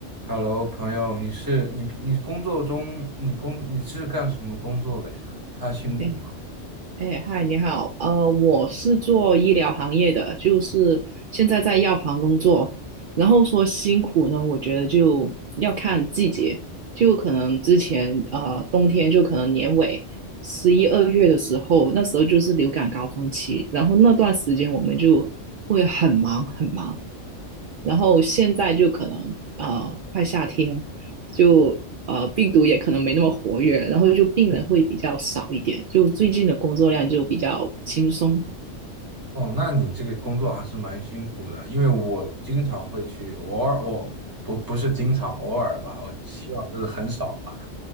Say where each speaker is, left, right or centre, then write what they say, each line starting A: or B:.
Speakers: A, on the right; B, on the right.
A: Hello，朋友，你是你你工作中你工你是干什么工作的呀？他辛苦
B: 哎哎，嗨，你好，呃，我是做医疗行业的，就是现在在药房工作。然后说辛苦呢，我觉得就要看季节，就可能之前呃冬天就可能年尾十一二月的时候，那时候就是流感高峰期，然后那段时间我们就会很忙很忙。然后现在就可能呃快夏天，就呃病毒也可能没那么活跃，然后就病人会比较少一点，就最近的工作量就比较轻松。
A: 哦，那你这个工作还是蛮辛苦的，因为我经常会去，偶尔我不不是经常，偶尔吧，我希望这是很少吧，